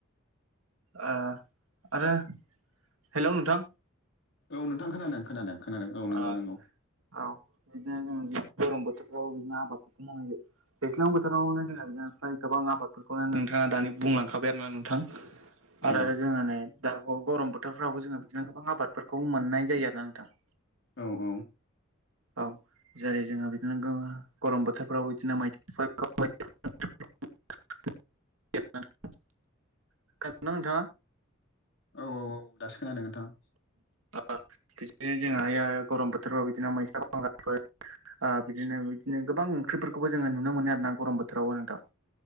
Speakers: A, on the right; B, on the left.
A: ओ आरो हेलौ नोंथां?
B: औ नोंथां खोनादों खोनादों खोनादों औ नंगौ
A: ओ
B: नंगौ।
A: औ बिदिनो जों गरम बोथोरफ्रावबो बिदिनो आबादफोरखौ मावनाय जायो। दैज्लां बोथोरावनो जोंहा बेनिफ्राय गोबां आबादफोरखौनो नोंथाङा दानि बुंलांखाबाय आरोना नोंथां। आरो
B: औ
A: जोङो नै दाबाव गरम बोथोरफ्रावबो जोङो बिदिनो गोबां आबादफोरखौ मोननाय जायो आरोना नोंथां।
B: औ औ।
A: औ जेरै जोङो बिदिनो गरम बोथोरफ्राव बिदिनो <unintelligible> <unintelligible> <unintelligible> खोनादोंना नोंथाङा?
B: औ औ औ दासो खोनादों नोंथां।
A: <unintelligible> बिदिनो जों <unintelligible> गरम बोथोरफ्राव बिदिनो मैस्ला बांगालफोर आ, बिदिनो बिदिनो गोबां ओंख्रिफोरखौबो जोङो नुनो मोनो आरोना गरम बोथोरावबो नोंथां।